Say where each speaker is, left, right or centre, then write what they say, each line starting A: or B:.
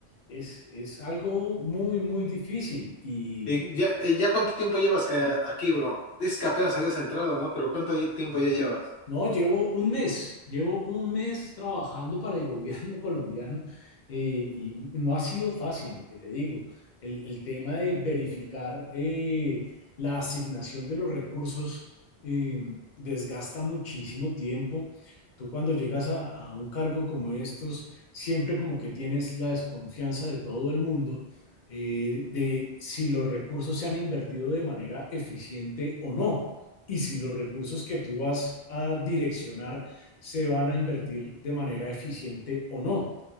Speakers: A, on the left (about 50°); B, on the left (about 80°).
A: Es, es algo muy, muy difícil y
B: ¿Y ya, y ya cuánto tiempo llevas que aquí, bro? Dices que apenas habías entrado, ¿no? Pero ¿cuánto tiempo ya llevas?
A: No, llevo un mes, llevo un mes trabajando para el gobierno <laughs> colombiano eh, y no ha sido fácil, lo que te digo. El, el tema de verificar eh, la asignación de los recursos eh, desgasta muchísimo tiempo. Tú cuando llegas a, a un cargo como estos, siempre como que tienes la desconfianza de todo el mundo eh, de si los recursos se han invertido de manera eficiente o no y si los recursos que tú vas a direccionar se van a invertir de manera eficiente o no.